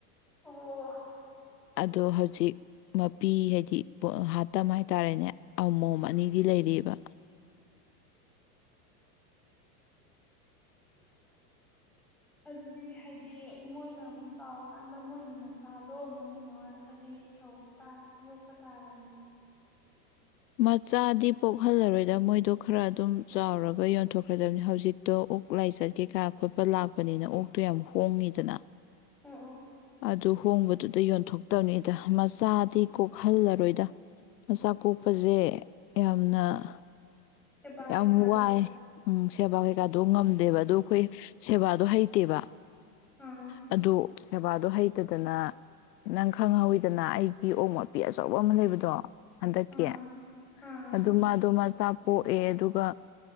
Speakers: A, in the centre; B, on the left.
A: ꯑꯣ
B: ꯑꯗꯣ ꯍꯧꯖꯤꯛ ꯃꯄꯤ ꯍꯥꯏꯗꯤ ꯍꯥꯠꯇꯝ ꯍꯥꯏꯇꯥꯔꯦꯅꯦ ꯑꯃꯣꯝ ꯑꯅꯤꯗꯤ ꯂꯩꯕ
A: ꯑꯗꯨꯗꯤ ꯍꯥꯏꯗꯤ ꯃꯣꯏꯅ ꯑꯃꯨꯛ ꯆꯥꯎꯔꯀꯥꯟꯗ ꯃꯣꯏꯒꯤ ꯃꯆꯥꯗꯣ ꯑꯃꯨꯛ ꯀꯩꯅꯣ ꯍꯥꯏꯗꯤ ꯇꯧꯕ ꯌꯣꯛꯄ ꯇꯥꯕꯅꯤ
B: ꯃꯆꯥꯗꯤ ꯄꯣꯛꯍꯜꯂꯔꯣꯏꯗ ꯃꯣꯏꯗꯣ ꯈꯔ ꯑꯗꯨꯝ ꯆꯥꯎꯔꯒ ꯌꯣꯟꯊꯣꯛꯈ꯭ꯔꯗꯕꯅꯤ ꯍꯧꯖꯤꯛꯇꯣ ꯑꯣꯛ ꯂꯥꯏꯆꯠꯀꯦ ꯀꯥ ꯈꯣꯠꯄ ꯂꯥꯛꯄꯅꯤꯅ ꯑꯣꯛꯇꯣ ꯌꯥꯝ ꯍꯣꯡꯉꯤꯗꯅ
A: ꯑꯣ ꯑꯣ
B: ꯑꯗꯨ ꯍꯣꯡꯕꯗꯨ ꯑꯗꯨꯗ ꯌꯣꯟꯊꯣꯛꯇꯕꯅꯤꯗ ꯃꯆꯥꯗꯤ ꯀꯣꯛꯍꯜꯂꯔꯣꯏꯗ ꯃꯆꯥ ꯀꯣꯛ ꯄꯁꯦ ꯌꯥꯝꯅ
A: ꯁꯦꯕꯥ
B: ꯌꯥꯝ
A: ꯀꯩꯀꯥꯗꯣ
B: ꯋꯥꯏ ꯎꯝ ꯁꯦꯕꯥꯩ ꯀꯩꯀꯗꯣ ꯉꯝꯗꯦꯕ ꯑꯗꯨ ꯑꯩꯈꯣꯏ ꯁꯦꯕꯥꯗꯣ ꯍꯩꯇꯦꯕ
A: ꯑꯥ
B: ꯑꯗꯨ ꯁꯦꯕꯥꯗꯣ ꯍꯩꯇꯗꯅ ꯅꯪ ꯈꯪꯍꯧꯋꯤꯗꯅ ꯑꯩꯒꯤ ꯑꯣꯛ ꯃꯄꯤ ꯑꯆꯧꯕ ꯑꯃ ꯂꯩꯕꯗꯣ ꯍꯟꯗꯛꯀꯤ
A: ꯑꯥ ꯑꯥ
B: ꯑꯗꯨ ꯃꯥꯗꯣ ꯃꯥ ꯄꯣꯛꯑꯦ ꯑꯗꯨꯒ